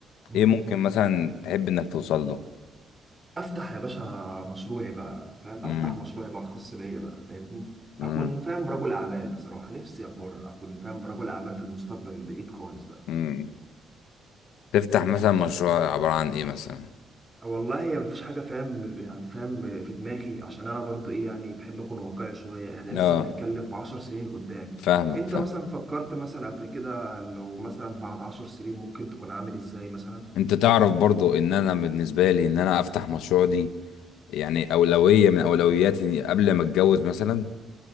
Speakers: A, on the right; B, on the left.
A: مم.
B: ايه ممكن مثلا تحب انك توصل له
A: افتح يا باشا مشروعي بقى فاهم
B: امم
A: افتح مشروعي بقى الخاص بيا بقى فاهمني
B: مم.
A: اكون فاهم رجل اعمال بصراحة نفسي ابقى اكون فاهم رجل اعمال في المستقبل البعيد خالص بقى
B: مم. تفتح مثلا مشروع عبارة عن ايه مثلا
A: والله هي مفيش حاجة فاهم يعني فاهم في دماغي عشان أنا برضو إيه يعني بحب أكون واقعي شوية إحنا لسه
B: اه
A: بنتكلم في عشر سنين قدام
B: فاهمك
A: أنت
B: فاهم
A: مثلا فكرت مثلا قبل كده لو مثلا بعد عشر سنين ممكن تكون عامل إزاي مثلا؟
B: انت تعرف برضو ان انا بالنسبة لي ان انا افتح مشروع دي يعني اولوية من اولوياتي قبل ما اتجوز مثلا